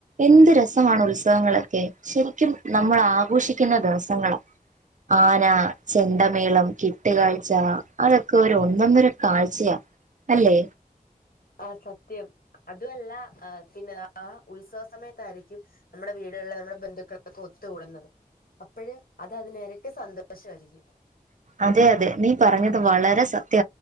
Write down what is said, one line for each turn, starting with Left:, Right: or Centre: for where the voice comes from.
Right: എന്ത് രസമാണ് ഉത്സവങ്ങളൊക്കെ ശെരിക്കും നമ്മളാഘോഷിക്കുന്ന ദിവസങ്ങള.. ആന ചെണ്ടമേളം കെട്ടുകാഴ്ച അതൊക്കൊരു ഒന്നന്നൊരു കാഴ്ചയാ അല്ലേ?
Left: ആഹ് സത്യം. അതു അല്ല ആഹ് പിന്നെ ആഹ് ഉത്സവ സമയത്തായിരിക്കും നമ്മുടെ വീടുകളില് നമ്മുടെ ബന്ധുക്കളൊക്കെ ഒത്തുകൂടുന്നത്. അപ്പഴ് അത് അതിനെരട്ടി സന്തോഷായിരിക്കും.
Right: അതെ അതെ നീ പറഞ്ഞത് വളരെ സത്യ..